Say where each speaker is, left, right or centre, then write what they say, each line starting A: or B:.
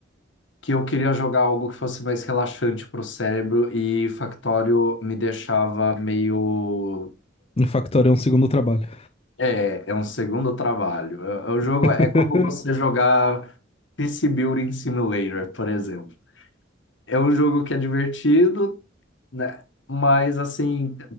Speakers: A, on the left; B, on the left.
A: que eu queria jogar algo que fosse mais relaxante pro cérebro e Factório me deixava meio.
B: O Factorio é um segundo trabalho.
A: É, é um segundo trabalho. É- O jogo
B: <laughs>
A: é como você jogar PC Building Simulator, por exemplo. É um jogo que é divertido, né? Mas assim,